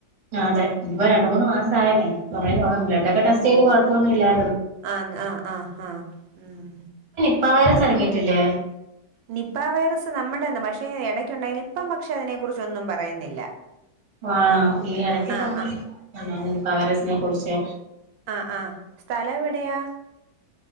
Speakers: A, on the right; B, on the right.
A: ആ അതെ ഇതിപ്പോ രണ്ട് മൂന്ന് മാസ
B: ഉം
A: ആയലേ കൊറേ <unintelligible> ബ്ലഡ് ഒക്കെ ടെസ്റ്റ് ചെയ്ത് കൊഴപ്പൊന്നൂല്ലാ
B: ആഹ്, ആഹ്, ആഹ്, ആഹ് ഉം.
A: <unintelligible> എറങ്ങീട്ടില്ലേ?
B: നിപ്പ വൈറസ് നമ്മുടേണ് പക്ഷേ എടയ്ക്കുണ്ടായി ഇപ്പം പക്ഷെ അതിനെ കുറിച്ച് ഒന്നും പറയുന്നില്ല.
A: ആണോ ഈ എടക്ക്
B: ആ
A: <unintelligible>
B: ആ
A: പവരസിനെ കുറിച്ച്.
B: ആ ആ സ്ഥലം എവിടെയാ